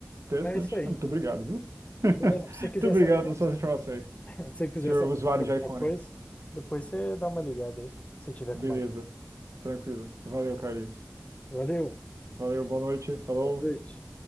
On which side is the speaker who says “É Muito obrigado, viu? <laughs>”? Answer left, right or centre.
Right